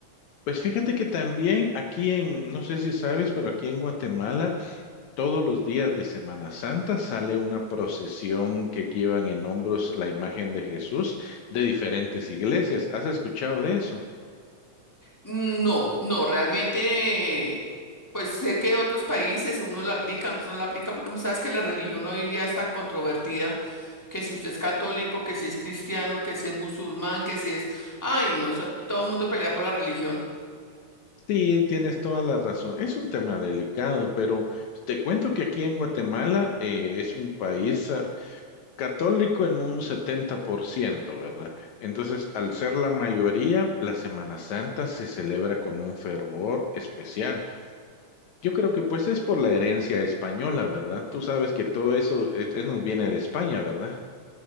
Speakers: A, on the left; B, in the centre.
A: Pues fíjate que también aquí en, no sé si sabes, pero aquí en Guatemala Todos los días de Semana Santa sale una procesión que llevan en hombros la imagen de Jesús de diferentes iglesias. ¿Has escuchado de eso?
B: No, no, realmente, pues sé que otros países, unos la aplican, otros no la aplican, porque como sabes que la religión hoy en día es tan controvertida, que si usted es católico, que si es cristiano, que si es musulmán, que si es... Ay, no, eso- todo el mundo pelea por la religión.
A: Sí, tienes toda la razón. Es un tema delicado, pero te cuento que aquí en Guatemala eh, es un país ah, católico en un 70%, ¿verdad? Entonces, al ser la mayoría, la Semana Santa se celebra con un fervor especial. Yo creo que pues es por la herencia española, ¿verdad? Tú sabes que todo eso es- es- nos viene de España, ¿verdad?